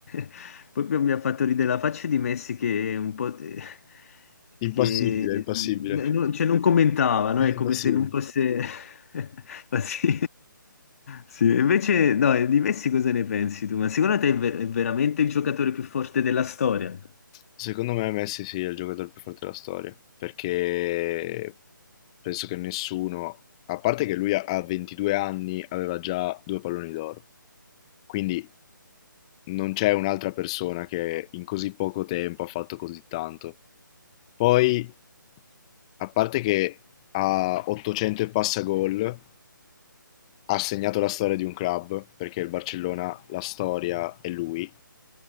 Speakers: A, on the left; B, on the left.
A: <laughs> poi mi ha fatto ridere la faccia di Messi che un po'... eh, che
B: Impassibile, impassibile,
A: eh, non, cioè non commentava,
B: <laughs>
A: no? È come
B: impassibile.
A: se non fosse... <laughs> Ma sì. Sì, invece no, di Messi cosa ne pensi tu? Ma secondo te è, ver- è veramente il giocatore più forte della storia?
B: Secondo me Messi sì, è il giocatore più forte della storia, perché penso che nessuno, a parte che lui a a 22 anni aveva già due palloni d'oro, quindi non c'è un'altra persona che in così poco tempo ha fatto così tanto. Ppoi, a parte che a 800 e passa gol, ha segnato la storia di un club, perché il Barcellona, la storia è lui,